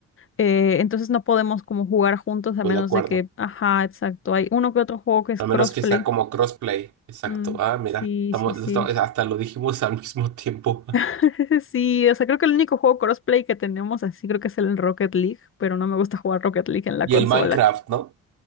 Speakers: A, on the left; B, on the right.
A: Eh, entonces no podemos como jugar juntos a
B: voy
A: menos
B: de acuerdo.
A: de que, ajá, exacto, hay uno que otro juego que es
B: A
A: crossplay.
B: menos que sea como crossplay. Exacto.
A: Mm,
B: Ah, mira,
A: sí,
B: estamos,
A: sí, sí.
B: esto- hasta lo dijimos <laughs> al mismo tiempo.
A: <laughs> Sí, o sea, creo que el único juego crossplay que tenemos así creo que es el Rocket League, pero no me gusta jugar Rocket League en la
B: Y
A: consola.
B: el Minecraft, ¿no?